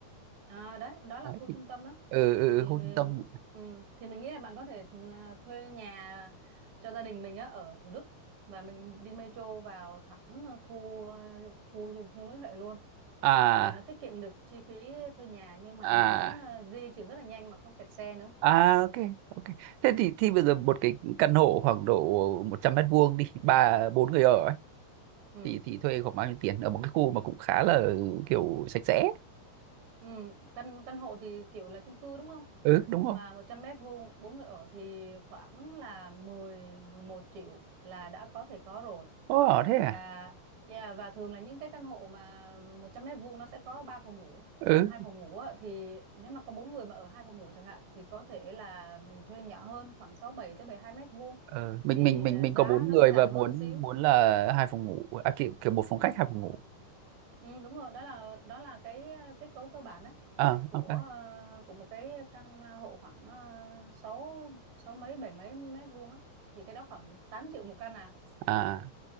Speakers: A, on the right; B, on the right.
A: à, đấy đó là
B: Đấy,
A: khu
B: thì,
A: trung tâm đó
B: ừ, ừ,
A: thì
B: ừ, khu trung tâm
A: ừ, thì mình nghĩ là bạn có thể ừ, thuê nhà cho gia đình mình á ở Thủ Đức và mình đi metro vào thẳng khu ờ, khu Nguyễn Huệ luôn
B: à
A: thì nó tiết kiệm được chi phí thuê nhà nhưng mà
B: à
A: mình vẫn ờ, di chuyển rất là nhanh mà không kẹt xe nữa
B: à ok ok thế thì
A: ừ,
B: thì bây giờ một cái căn hộ khoảng độ 100 mét vuông đi ba bốn người ở ấy
A: ừ,
B: thì thì thuê khoảng bao nhiêu tiền ở một cái khu mà cũng khá là kiểu sạch sẽ
A: ừ. căn căn hộ thì kiểu là chung cư đúng không
B: ừ đúng không
A: mà 100 mét vuông bốn người ở thì khoảng là mười mười một triệu là đã có thể có rồi.
B: Ồ thế à
A: Và yeah, và thường là những cái căn hộ mà 100 mét vuông nó sẽ có 3 phòng ngủ.
B: ừ
A: Còn hai phòng ngủ á, thì nếu mà có bốn người mà ở hai phòng ngủ chẳng hạn thì có thể là mình thuê nhỏ hơn khoảng sáu bảy tới bảy hai mét vuông
B: ờ, mình
A: thì
B: mình mình
A: à,
B: mình
A: giá
B: có bốn
A: nó
B: người
A: sẽ giảm
B: và muốn
A: hơn xíu
B: muốn là hai phòng ngủ à kiểu, kiểu một phòng khách
A: ừ.
B: hai phòng ngủ
A: Ừ, đúng rồi đó là đó là cái ờ, kết cấu cơ bản á
B: à
A: của
B: ok
A: ờ, của một cái căn hộ khoảng ờ, sáu sáu mấy bảy mấy mét vuông á thì cái đó khoảng 8 triệu một căn à
B: à